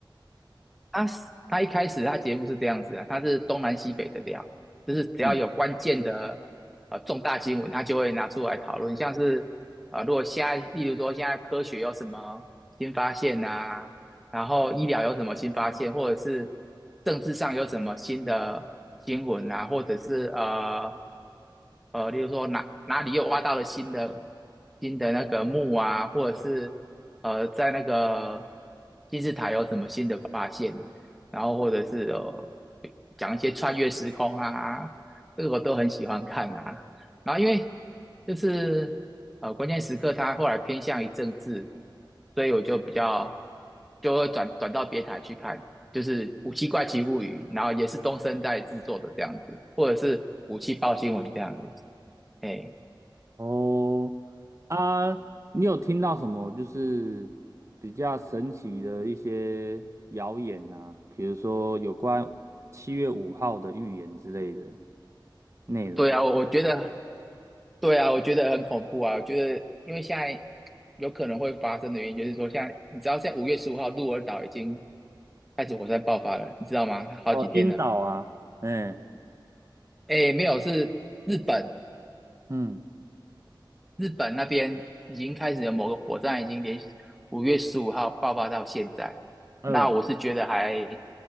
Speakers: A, in the centre; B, on the right.
A: 他他一开始他节目是这样子啊，他是东南西北的聊，就是只要有关键的呃重大新闻，
B: 嗯，
A: 他就会拿出来讨论，像是呃如果现在例如说现在科学有什么新发现呐、然后医疗有什么新发现，或者是政治上有什么新的新闻啊，或者是呃呃例如说哪哪里又挖到了新的新的那个墓啊，或者是呃，在那个金字塔有什么新的发现，然后或者是呃讲一些穿越时空啊，这个我都很喜欢看啊。然后因为就是呃关键时刻，他后来偏向于政治，所以我就比较就会转转到别台去看，就是《武器怪奇物语》，然后也是东森在制作的这样子，或者是《武器报新闻》这样子，哎。
B: 哦啊，你有听到什么就是比较神奇的一些谣言呐、比如说有关七月五号的预言之类的内容。
A: 对啊，我我觉得，对啊，我觉得很恐怖啊。我觉得，因为现在有可能会发生的原因，就是说，现在你知道，现在五月十五号鹿儿岛已经开始火山爆发了，你知道吗？它好几天了。
B: 哦，晕倒啊，嗯
A: 哎，没有，是日本，
B: 嗯，
A: 日本那边已经开始有某个火山，已经连续五月十五号爆发到现在。
B: 呃，
A: 那我是觉得还